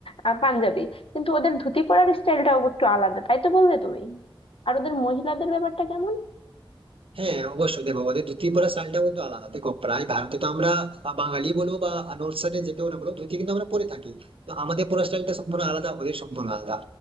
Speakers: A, on the left (about 85°); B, on the right (about 80°).
A: আহ, পাঞ্জাবি কিন্তু ওদের ধুতি পরার স্টাইলটাও একটু আলাদা তাই তো বললে তুমি আর ওদের মহিলাদের ব্যাপারটা কেমন
B: হ্যাঁ অবশ্যই দেখো ওদের ধুতি পরা স্টাইলটা কিন্তু আলাদা দেখো প্রায় ভারতে তো আমরা আহ, বাঙালি বলো বা নর্থ সাইডে যে কেউ না বলো ধুতি কিন্তু আমরা পরে থাকি তো আমাদের পরা স্টাইলটা সম্পূর্ণ আলাদা ওদের সম্পূর্ণ আলাদা